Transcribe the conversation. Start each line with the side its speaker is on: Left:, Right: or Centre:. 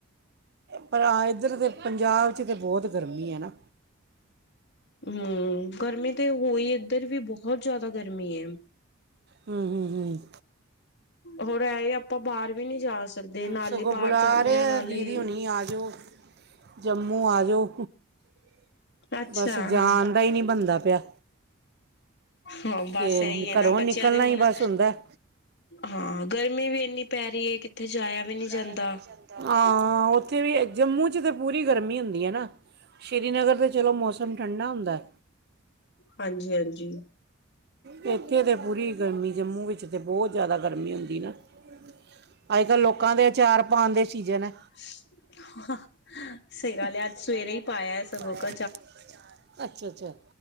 Right: ਪਰ ਹਾਂ ਇੱਧਰ ਤੇ ਪੰਜਾਬ 'ਚ ਤੇ ਬਹੁਤ ਗਰਮੀ ਹੈ ਨਾ
Left: ਹੂੰ ਗਰਮੀ ਤੇ ਹੋਈ ਇੱਧਰ ਵੀ ਬਹੁਤ ਜ਼ਿਆਦਾ ਗਰਮੀ ਹੈ
Right: ਹੂੰ ਹੂੰ ਹੂੰ
Left: ਹੋਰ ਇਹ ਆਪਾਂ ਬਾਹਰ ਵੀ ਨਹੀਂ ਜਾ ਸਕਦੇ ਨਾਲ
Right: ਸਗੋਂ
Left: ਹੀ ਬਾਹਰ
Right: ਬੁਲਾ
Left: ਜਾਂਦੇ
Right: ਰੇ
Left: ਹਾਂ
Right: ਆ
Left: ਨਾਲ
Right: ਦੀਦੀ
Left: ਹੀ
Right: ਹੋਣੀ ਆਜੋ ਜੰਮੂ ਆਜੋ
Left: ਅੱਛਾ
Right: ਬਸ ਜਾਣ
Left: ਹਾਂ।
Right: ਦਾ ਹੀ ਨਹੀ ਬਣਦਾ ਪਿਆ
Left: ਹਾਂ ਬਸ
Right: ਕਿ
Left: ਇਹੀ ਹੈ ਨਾ
Right: ਘਰੋਂ
Left: ਬੱਚਿਆਂ
Right: ਨਿਕਲਣਾ
Left: ਦੇ ਹੁਣ
Right: ਹੀ ਬਸ ਹੁੰਦਾ ਹਾਂ
Left: ਹਾਂ ਗਰਮੀ ਵੀ ਇੰਨੀ ਪੈ ਰਹੀ ਏ ਕਿ ਉੱਥੇ ਜਾਇਆ ਵੀ ਨਹੀਂ
Right: ਜਾਇਆ
Left: ਜਾਂਦਾ।
Right: ਵੀ ਨਹੀਂ ਜਾਂਦਾ ਹਾਂ ਉੱਥੇ ਵੀ ਜੰਮੂ ਚ ਤਾਂ ਪੂਰੀ ਗਰਮੀ ਹੁੰਦੀ ਹੈ ਨਾ ਸ਼੍ਰੀਨਗਰ ਤੇ ਚਲੋ ਮੌਸਮ ਠੰਡਾ ਹੁੰਦਾ
Left: ਹਾਂਜੀ ਹਾਂਜੀ
Right: ਏ ਇੱਥੇ ਤਾਂ ਪੂਰੀ ਗਰਮੀ ਜੰਮੂ ਵਿੱਚ ਤਾਂ ਬਹੁਤ ਜ਼ਿਆਦਾ ਗਰਮੀ ਹੁੰਦੀ ਨਾ ਅੱਜ ਕੱਲ੍ਹ ਲੋਕਾਂ ਦੇ ਅਚਾਰ ਪਾਉਣ ਦੇ ਸੀਜ਼ਨ ਏ
Left: <unintelligible>
Right: ਸਹੀ
Left: ਹੈ ਅੱਜ ਸਵੇਰੇ
Right: ਗੱਲ ਹ ਅੱਜ ਸਵੇਰੇ ਹੀ
Left: ਸਗੋਂ
Right: ਪਾਇਆ
Left: ਕ
Right: ਅਚਾਰ ਅੱਛਾ ਅੱਛਾ